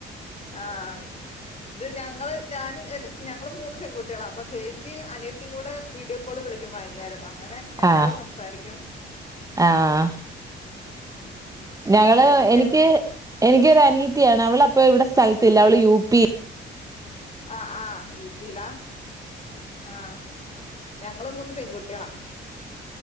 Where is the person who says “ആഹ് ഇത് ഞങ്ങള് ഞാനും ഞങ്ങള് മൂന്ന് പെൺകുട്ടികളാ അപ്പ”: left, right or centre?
Left